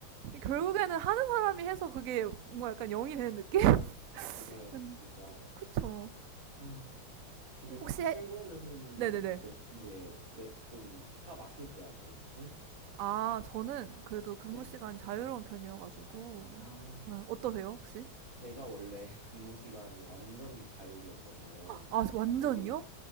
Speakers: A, on the right; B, on the right.
A: 결국에는 하는 사람이 해서 그게 뭔가 약간 영이 되는 느낌? <laughs>
B: 맞아요,
A: 음,
B: 진짜.
A: 그쵸.
B: 아, 근데
A: 혹시,
B: 주 출근은
A: 해- 네네네.
B: 몇 시에, 몇, 좀 차 막힐 때 하세요, 보통?
A: 아, 저는 그래도 근무
B: 네.
A: 시간이 자유로운 편이어가지고.
B: 아,
A: 네, 어떠세요, 혹시?
B: 제가 원래 <laughs> 근무 시간이 완전 자율이었거든요.
A: 아, 저 완전이요?
B: 거의,